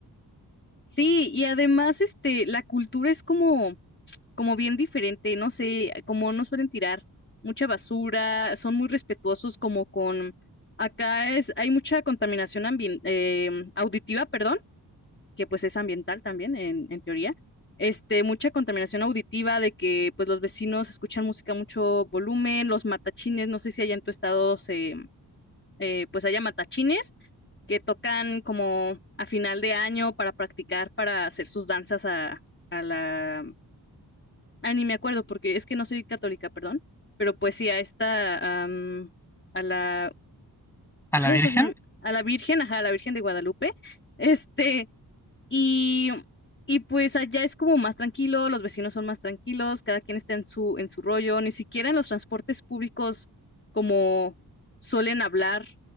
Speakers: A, on the left; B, in the centre.
A: Sí, y además este la cultura es como como bien diferente, no sé, como no suelen tirar mucha basura, son muy respetuosos como con acá es hay mucha contaminación ambien- em, auditiva, perdón. que pues es ambiental también, en, en teoría. Este, mucha contaminación auditiva de que pues los vecinos escuchan música a mucho volumen, los matachines, no sé si allá en tu estado se, eh, pues haya matachines que tocan como a final de año para practicar, para hacer sus danzas a, a la... Ay, ni me acuerdo porque es que no soy católica, perdón, pero pues sí, a esta, am, a la...
B: A
A: Ay,
B: la Virgen.
A: hasta se me- a la Virgen, ajá, a la Virgen de Guadalupe. Este, y, y pues allá es como más tranquilo, los vecinos son más tranquilos, cada quien está en su, en su rollo, ni siquiera en los transportes públicos como suelen hablar